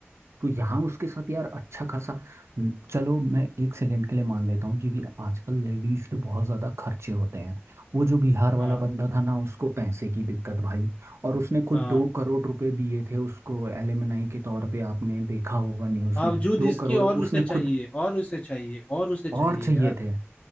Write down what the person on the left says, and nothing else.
हाँ
हाँ
बावजूद
इसके
और
उसे चाहिए
और उसे चाहिए और उसे चाहिए
यार